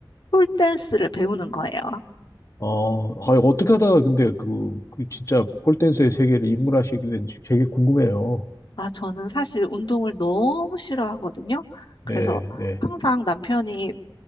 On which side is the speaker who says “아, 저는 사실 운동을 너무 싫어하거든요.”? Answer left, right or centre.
Left